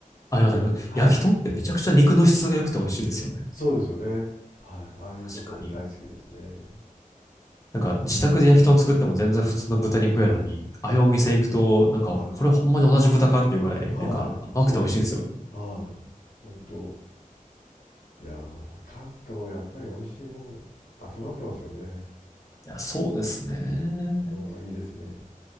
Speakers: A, on the left (about 20°); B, on the left (about 70°).
A: ありますあります。
B: はい、
A: 焼き豚ってめちゃくちゃ肉の質が良くて美味しいですよね。
B: そうですよね。はい、ああいうとこ大好きですね。
A: 確かに。なんか自宅で焼き豚作っても全然普通の豚肉やのに、ああいうお店行くと、
B: そうですよね。
A: なんかこれほんまに同じ豚かっていうぐらい、
B: はい、はい、
A: なんか甘くて美味しいんですよね。
B: そうなんですよね。はい、本当。いやー、関東やっぱり美味しいもん集まってますよね。
A: いや、そうですね。
B: ああ、いいですね。